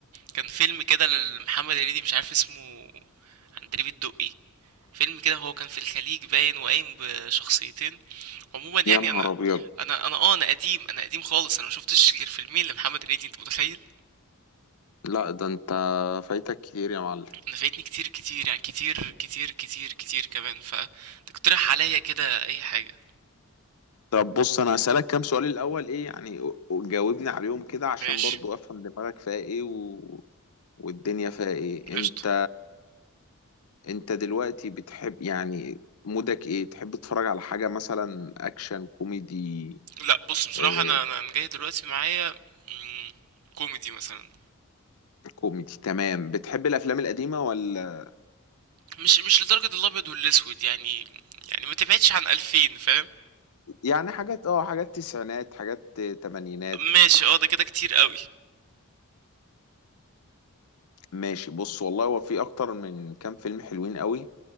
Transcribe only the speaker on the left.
يا نهار
ابيض
لا ده انت فايتك كتير يا معلم
طب بص انا هسألك كام سؤال الاول ايه يعني وجاوبني عليهم كده عشان
برضو افهم دماغك فيها ايه و... والدنيا فيها ايه
انت انت دلوقتي بتحب يعني مودك ايه تحب تتفرج على حاجة مثلا اكشن كوميدي
آه
كوميدي تمام بتحب الافلام القديمة ولا
يعني حاجات اه حاجات تسعينات حاجات تمانينات
ماشي بص والله هو في اكتر من كام فيلم حلوين قوي